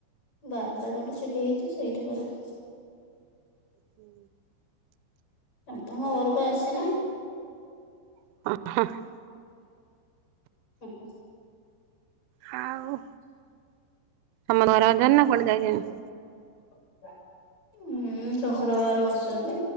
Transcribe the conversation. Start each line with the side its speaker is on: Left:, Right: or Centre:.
Left: ବାରଣ୍ଡାରେ ଗୋଟେ ଛୁଟି ହେଇଛି ସେଇଠି କରେ।
Right: ହୁଁ।
Left: ତୁମ ଘରକୁ ଆସିନା?
Right: <unintelligible>
Left: ହୁଁ ହୁଁ।
Right: ହାଉ। ସେମାନେ ଘରରେ ଅଛନ୍ତି ନା କୁଆଡେ ଯାଇଛନ୍ତି।
Left: ଉଁ ଶଶୁର ବାହାରେ ବସିଛନ୍ତି।